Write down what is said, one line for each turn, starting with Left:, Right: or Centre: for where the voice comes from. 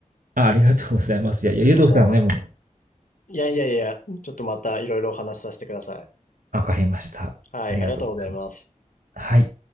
Right: あ、ありがとうございます。いやいや、ゆうとうさんはね、
Left: すいません。
Right: もう、
Left: いやいやいや、ちょっとまたいろいろお話しさせてください。
Right: 分かりました。
Left: はい、
Right: ありがとうございます。
Left: ありがとうございます。
Right: はい。